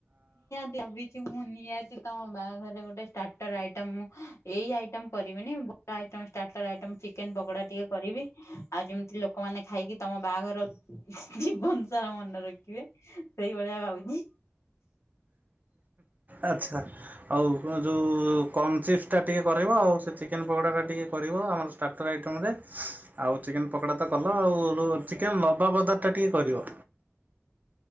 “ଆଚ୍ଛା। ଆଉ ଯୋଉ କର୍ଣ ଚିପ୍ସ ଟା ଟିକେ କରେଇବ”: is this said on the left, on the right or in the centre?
Right